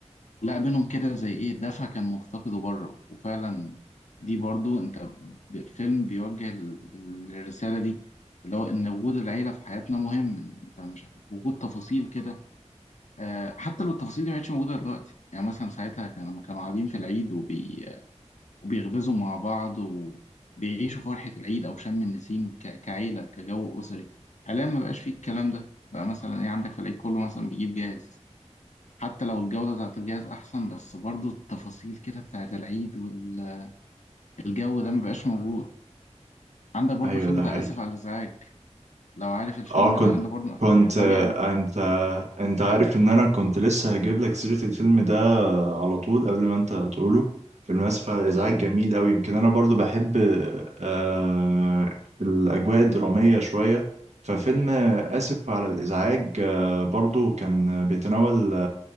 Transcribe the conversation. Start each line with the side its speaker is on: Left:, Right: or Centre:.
Left: لا بينهم كده زي ايه دفع كان مفتقده بره وفعلا دي برضو انت ب- الفيلم بيوجه ال- ال- الرسالة دي اللي هو ان وجود العيلة في حياتنا مهم انت مش عارف وجود تفاصيل كده آه، حتى لو التفاصيل دي ما كانتش موجودة دلوقتي يعني مثلا ساعتها كان لما كانوا قاعدين في العيد وبي... وبيغبزوا مع بعض وبيعيشوا فرحة العيد او شم النسيم ك... كعيلة كجو أسري حاليا ما بقاش فيه الكلام ده بقى مثلا ايه عندك في العيد كله مثلا بيجيب جاهز حتى لو الجودة بتاعت الجهاز أحسن بس برضو التفاصيل كده بتاعت العيد والجو ده مبقاش موجود عندك برضو
Right: ايوه
Left: الفيلم
Right: ده
Left: بتاع
Right: حقيقي
Left: آسف على الإزعاج لو عارف الفيلم
Right: اه كنت
Left: ده أنا برضو من الأفلام
Right: كنت
Left: اللي بحبها
Right: آه،
Left: ليه قوي
Right: انت انت عارف ان انا كنت لسه هجيب لك سيرة الفيلم ده على طول قبل ما انت تقوله فيلم اسف على الازعاج جميل قوي يمكن انا برضو بحب آه الاجواء الدرامية شوية ففيلم اسف على الازعاج آه برضو كان بيتناول